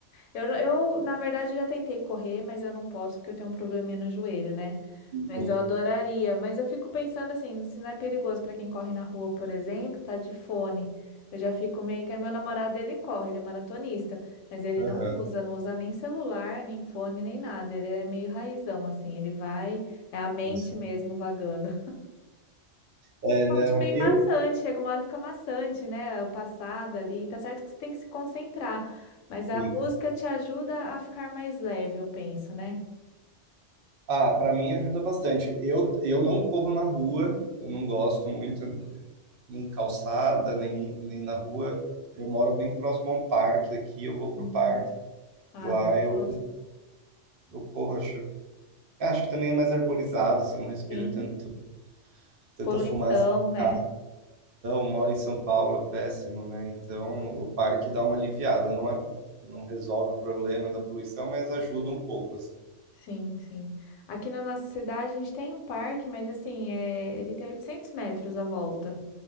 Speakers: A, on the left (about 80°); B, on the right (about 60°).
A: Eu, eu, na verdade, já tentei correr, mas eu não posso porque eu tenho um probleminha no joelho, né?
B: Sim,
A: Mas eu adoraria. Mas eu fico pensando assim, se não é perigoso para quem corre na rua, por exemplo, tá de fone. Eu já fico meio que meu namorado ele corre, ele é maratonista, mas ele
B: aham,
A: não usa, não usa nem celular, nem fone, nem nada. Ele é meio raizão assim, ele vai, é a mente
B: isso.
A: mesmo vagando.
B: É, não,
A: Eu acho meio
B: eu.
A: maçante, chega uma hora que fica maçante, né? O passado ali, tá certo que você tem que se concentrar, mas a
B: Fica.
A: música te ajuda a ficar mais leve, eu penso, né?
B: Ah, para mim ajuda bastante. Eu, eu não corro na rua, eu não gosto muito, eh, nem calçada, nem, nem na rua. Eu moro bem próximo a um parque aqui, eu vou pro
A: Uhum.
B: parque.
A: Ah,
B: Lá
A: gostoso.
B: eu, eu corro, acho, é, acho que também é mais arborizado, você não respira
A: Sim.
B: tanto, tanta
A: Poluição,
B: fumaça de
A: né
B: carro, moro em São Paulo, é péssimo, né? Então o parque dá uma aliviada, não é- não resolve o problema da poluição, mas ajuda um pouco, assim.
A: Sim, sim. Aqui na nossa cidade a gente tem um parque, mas assim, é... ele tem 800 metros à volta.